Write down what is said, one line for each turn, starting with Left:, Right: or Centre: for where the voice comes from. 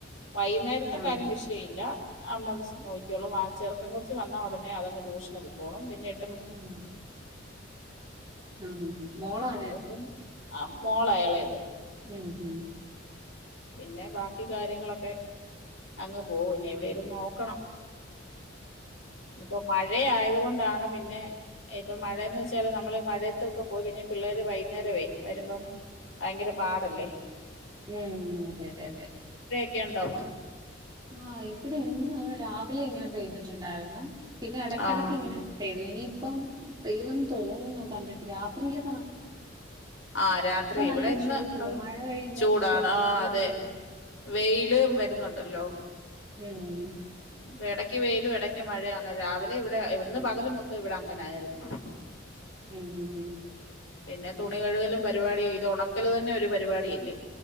Left: വൈന്നേരത്തെ
Right: ആഹ്
Left: കാര്യം വിഷയില്ല. അമ്മ <unintelligible> നോയിക്കോളും, ആ ചെറുക്കൻ കൊച്ച് വന്നാ ഒടനെ അതങ്ങ് ട്യൂഷ്ന് പൊക്കോളും, പിന്നെ എ
Right: ഉം ഉം മോളോ
Left: അത്പ്പം ആഹ് മോള് എളേത്
Right: ഉം ഉം
Left: പിന്നെ ബാക്കി കാര്യങ്ങളൊക്കെ അങ്ങ് പോവൂന്നെ, എവിടേലും നോക്കണം. ഇന്ന് പ്പോ മഴ് മഴ ആയത് കൊണ്ടാണ് പിന്നെ ഇപ്പൊ മഴെന്ന് വെച്ചാല് നമ്മള് മഴയത്തൊക്കെ പോയി കഴിഞ്ഞാ പിള്ളേര് വൈന്നേരവേ വരുമ്പം ഭയങ്കര പാടല്ലെ.
Right: ഉം അതെ അതെ അതെ
Left: ക്കെണ്ടോ?
Right: ആഹ് ഇവടെ ഇന്ന് രാവിലെ ഇങ്ങനെ പെയ്തിട്ട്ണ്ടായിരുന്നു. പിന്നെ എടക്കിടക്കിങ്ങനെ
Left: ആഹ്
Right: പെയ്തു ഇനി പ്പം പെയ്യുവന്ന് തോന്നുന്നു കണ്ടിട്ട് രാത്രിയില്
Left: ആ രാത്രി ഇവിടെ
Right: നല്ല
Left: ഇന്ന്
Right: ചൂടുണ്ട്
Left: പകൽ
Right: മഴ കഴിയുമ്പോ
Left: ചൂടാണ്
Right: ഭയങ്കര
Left: ആ
Right: നല്ല
Left: അതെ
Right: ചൂടാ
Left: വെയില് വരുന്നുണ്ടല്ലോ
Right: ഉം
Left: ഇപ്പൊ എടക്ക് വെയിലും എടക്ക് മഴയാണ് രാവിലെ ഇവടെ ഇവട് ന്ന് പകല് മൊത്തം ഇവടെ അങ്ങനാരുന്നു
Right: ഉം <inaudible>
Left: പിന്നെ തുണി കഴുകലും പരിപാടി ഇത് ഒണക് ക്കല് തന്നെ ഒരു പരിപാടി അല്ലേ